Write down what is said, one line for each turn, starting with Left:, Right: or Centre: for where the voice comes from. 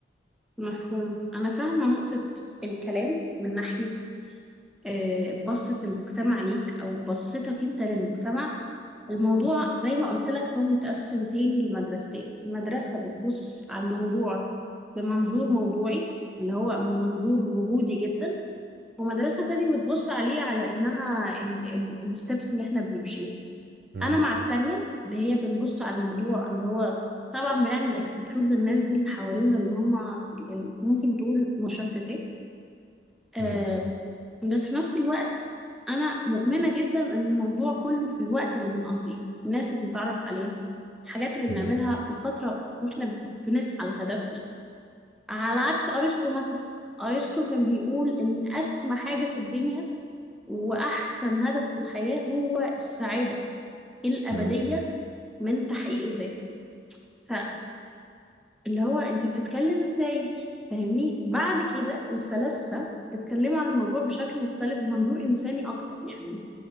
Centre: مفهوم أنا فاهمة نقطة الكلام من ناحية آه، بصة المجتمع ليك أو بصتك أنت للمجتمع الموضوع زي ما قلت لك هو متقسم تاني لمدرستين المدرسة بتبص على الموضوع بمنظور موضوعي اللي هو من منظور وجودي جدا ومدرسة تانية بتبص عليه على إنها ال ال الستبس اللي إحنا بنمشيها
Right: مم.
Centre: أنا مع التانية اللي هي بنبص على الموضوع اللي هو طبعا بنعمل اكسكلود للناس دي اللي حوالينا اللي هم ال- ال- ممكن تقول مشتتات آه
Right: مم.
Centre: بس في نفس الوقت أنا مؤمنة جدا إن الموضوع كله في الوقت اللي بنقضيه الناس اللي بنتعرف عليها الحاجات اللي
Right: مم.
Centre: بنعملها في الفترة وإحنا بنسعى لهدفنا على عكس أرسطو مثلا أرسطو كان بيقول إن أسمى حاجة في الدنيا وأحسن هدف في الحياة هو السعادة الأبدية
Right: مم.
Centre: من تحقيق الذات فاللي هو أنت بتتكلم إزاي فاهمني بعد كده الفلاسفة اتكلموا عن الموضوع بشكل مختلف ومنظور إنساني أكتر يعني